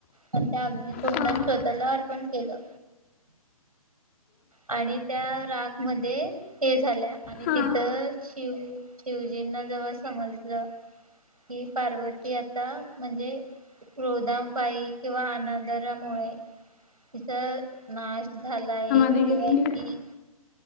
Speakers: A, on the right (about 70°); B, on the left (about 20°).
A: अन त्या अग्नी कुंडात
B: हां
A: स्वतःला अर्पण केलं. आणि त्या राग मध्ये हे झाल्या आणि
B: हां
A: तिथं शिव शिव शिवजींना जेव्हा समजलं की, पार्वती आता म्हणजे क्रोदामपायी किंवा अनादराामुळे तिच नाश झालाय. किंवा
B: वी घेतली.
A: ती